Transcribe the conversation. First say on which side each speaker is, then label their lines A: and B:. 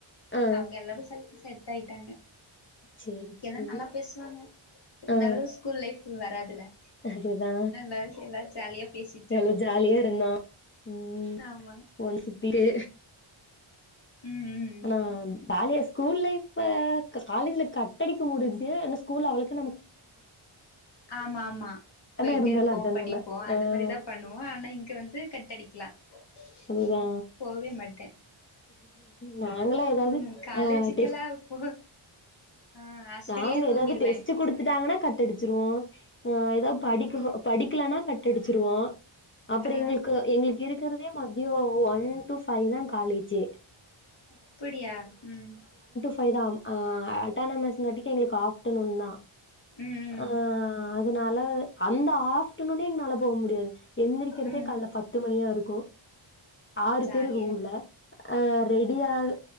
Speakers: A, on the left; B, on the left.
A: ஆ
B: அவுங்க எல்லாரு செல்பிஸ் செட்டாயிட்டாங்க
A: சேரி
B: இங்க
A: சேரி
B: எல்லா நல்லா பேசுவாங்க இருந்தாலு
A: ஆ
B: ஸ்கூல் லைஃப் வராதுல்ல
A: அதுதா
B: நல்லா எல்லா ஜாலியா பேசிட்டு
A: எவ்ளோ ஜாலியா இருந்தோ உம்
B: ஆமா
A: ஒன் சுத்திட்டே
B: ம் ம்
A: ஆனா காலேஸ் கூல் லைஃப்ப காலேஜ்ல கட்டடிக்க முடியுது ஆன்னா ஸ்கூல் அவளக்
B: ஆம்மா ஆம்மா போயிட்டே
A: ஆனா இருந்தாலு
B: இருப்போம்
A: அதா
B: படிப்போம்
A: நல்லா
B: அந்த
A: ஆ
B: மாரிதா பண்ணுவோ ஆனா இங்க வந்து கட்டடிக்லா
A: அதுதா
B: அத போவே மாட்ட
A: நாங்களா எதாவது
B: ம் காலேஜுக்கெல்லா
A: அ டெஸ்
B: போ ஆ ஹாஸ்டலயே
A: நாங்க
B: தூங்கிருவே
A: எதாவது டெஸ்டு குடுத்துட்டாங்கன்னா கட்டடிச்சிருவோ ஆ எதா படிக்கஹோ படிக் கலனா கட்டடிச்சிருவோ அப்புற
B: ஆ
A: எங்களுக்கு எங்களுக்கு இருக்கிறதே மத்தியோ ஒன் டு ஃபைதா காலேஜே
B: அப்புடியா ம்
A: ஃபைதா ஆமா அ அட் டானமஸ் காட்டிக்கு எங்களுக்கு ஆப்டநூன் தா
B: ம்
A: அ
B: ம்
A: அதனால அந்த ஆப்டநூனே எங்கனால போக முடியாது எந்திரிக்கிறதே
B: ம்
A: காலலே பத்து மணியா இருக் கு ஆறு
B: ஜாலியா
A: பேரு ரூம்ல ஆ ரெடியாஹ்